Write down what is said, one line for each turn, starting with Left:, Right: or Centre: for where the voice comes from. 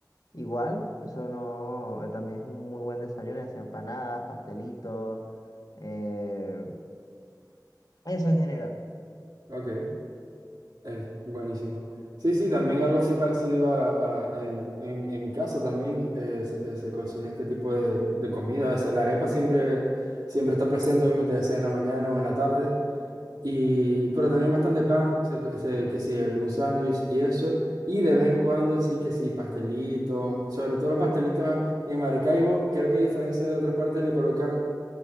Left: igual, eso no, eh, también es un muy buen desayuno, ya sea empanadas, pastelitos, eh, eso en general.
Right: Ok. Eh, buenísimo. Sí, sí, también algo así parecido a, a- en, en- en mi casa también eh, se, eh, se cocina este tipo de, de comida. A veces la arepa siempre, siempre está presente, obviamente, ya sea en la mañana o en la tarde. Y, pero también bastante pan, se co- se- que sí, algún sándwich y eso. Y de vez en cuando, así que sí, pastelitos, sobre todo los pastelitos en Maracaibo, creo que a diferencia de otras partes le colocan